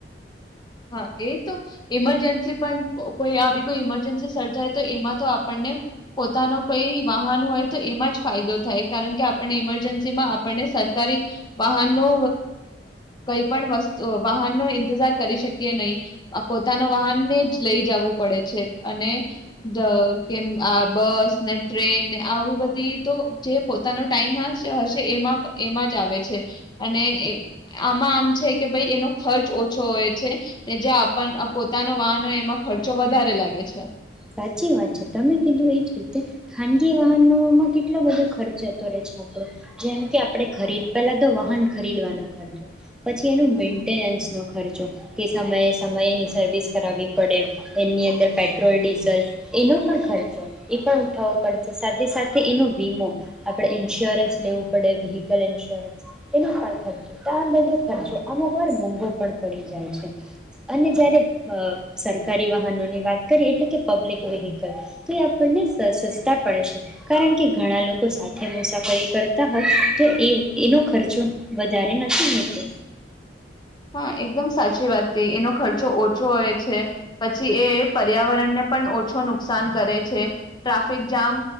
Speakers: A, on the left; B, in the centre.
A: હા એ તો ઈમરજન્સી પણ કોઈ આવી કોઈ ઈમરજન્સી સર્જાય તો એમાં તો આપણને પોતાનો કઈ વાહન હોય તો એમાં જ ફાયદો થાય, કારણ કે આપણને ઈમરજન્સીમાં આપણને સરકારી વાહનનો કઈ પણ વસ્તુ વાહનનો ઈંતજાર કરી શકીએ કે નહીં, અહ પોતાનો વાહનને જ લઈ જાવું પડે છે, અને જ કેમ આ બસ ને ટ્રેન ને આવી બધી તો જે પોતાનો ટાઈમ હ હશે એમાં-એમાં જ આવે છે અને એ આમાં આમ છે કે ભઈ એનો ખર્ચ ઓછો હોય. છે કે જે આપ પોતાનો વાહન હોય એમાં ખર્ચો વધારે લાગે છે.
B: સાચી વાત છે, તમે કીધું એજ રીતે ખાનગી વાહનોમાં કેટલો બધો ખર્ચ જતો રહે છે આપણો, જેમ કે આપણે ખરીદ પેલા તો વાહન ખરીદવાનો ખર્ચો, પછી એનો મેન્ટેનન્સ નો ખર્ચો, કે સમયે સમયની સર્વિસ કરાવવી પડે, એની અંદર પેટ્રોલ ડીઝ ઝલ એનો પણ ખર્ચો ઈ પણ ઉઠાવવો પડે છે, સાથે સાથે એનો વીમો આપણે ઇન્સ્યોરન્સ લેવું પડે વ્હીકલ ઇન્સ્યોરન્સ એનો પણ ખર્ચો, તો આ બધો ખર્ચો અમુક વાર મોંઘો પણ પડી જાય છે, અને જ્યારે અહ સરકારી વાહનોની વાત કરીએ એટલે કે પબલિક વેહકલ, તો એ આપણને સસ્તા પડે છે કારણ કે ઘણા લોકો સાથે મુસાફરી કરતા હોય તો એ એનો ખર્ચો વધારે નથી હોતો.
A: હા એકદમ સાચી વાત કહી, એનો ખર્ચો ઓછો હોય છે. પછી એ એ પર્યાવરણ ને પણ ઓ છો નુકસાન કરે છે. ટ્રાફિક જામ